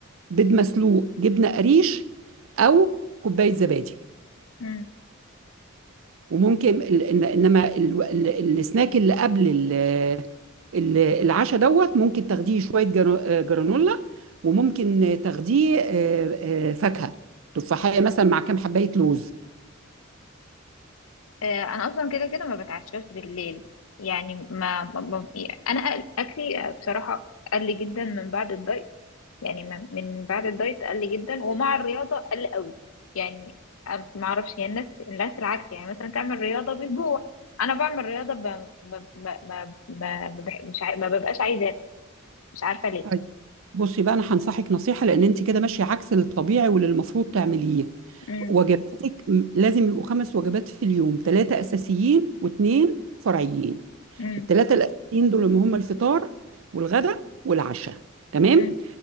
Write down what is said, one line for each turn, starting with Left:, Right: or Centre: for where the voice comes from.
Right: بيض مسلوق جبنة قريش او كوباية زبادي
Left: مم.
Right: وممكن ال- إن- انما ال- ال- السناك اللي قبل ال- ال- العشاء دوت ممكن تاخديه شويه جرا- آه، جرانولا وممكن تاخديه آه، آه، فاكهه تفاحيه مثلا مع كام حبايه لوز
Left: آه، انا اصلا كده كده ما بتعشاش بالليل يعني ما, ما... ما... يعني انا أكل- اكلي بصراحه قل جدا من بعد الدايت يعني من من بعد الدايت قل جدا ومع الرياضة قل قوي يعني أم- ما اعرفش هي الناس الناس العكس يعني مثلا تعمل رياضة بالجوع انا بعمل رياضة ب... ب... ب... ب... ب... ب... مش ع... ما ببقاش عايزة اكل مش عارفة ليه
Right: طيب بصي بقى انا هنصحك نصيحه لان انت كده ماشيه عكس الطبيعي واللي المفروض تعمليه
Left: امم
Right: وجباتك م- لازم يبقوا خمس وجبات في اليوم ثلاثه اساسيين واثنين فرعيين
Left: امم
Right: الثلاثه الاساسيين دول هم الفطار والغداء والعشاء تمام
Left: امم